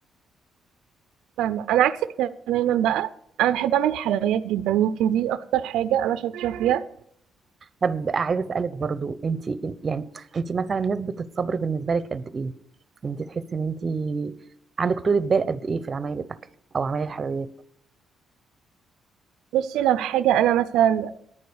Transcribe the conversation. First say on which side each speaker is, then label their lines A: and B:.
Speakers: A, on the right; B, on the right.
A: فاهمه انا عكسك تماما بقى انا بحب اعمل حلويات جدا يمكن دي اكتر حاجه انا شاطره فيها
B: طب عايزه اسالك برضو انت يعني انت مثلا نسبه الصبر بالنسبه لك قد ايه يعني انت تحسي ان انت عندك طولة بال قد ايه في عمايل الاكل او عمايل الحلويات
A: بصي لو حاجه انا مثلا